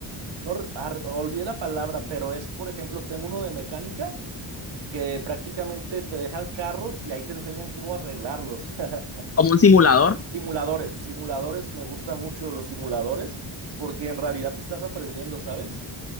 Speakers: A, on the right; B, on the left.
A: no, re- ar- olvidé la palabra, pero es, por ejemplo, tengo uno de mecánica que prácticamente te dejan carros y ahí te enseñan cómo arreglarlos. <laughs>
B: Como un simulador.
A: Simuladores, simuladores, me gusta mucho los simuladores porque en realidad te estás aprendiendo, ¿sabes?